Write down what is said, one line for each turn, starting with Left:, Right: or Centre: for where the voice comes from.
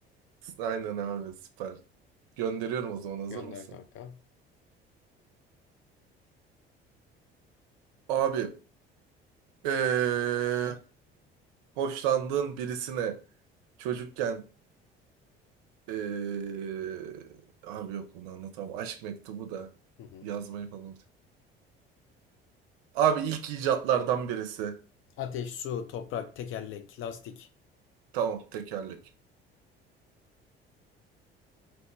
Right: Aynen abi süper. Gönderiyorum o zaman hazır
Left: Gönder
Right: mısın?
Left: kanka.
Right: Abi. Eee hoşlandığın birisine çocukken eee, abi yok bunu anlatamam. Aşk mektubu da
Left: Hı hı.
Right: yazmayı falan. unuttum. Abi ilk icatlardan birisi.
Left: Ateş, su, toprak, tekerlek, lastik.
Right: Tamam tekerlek.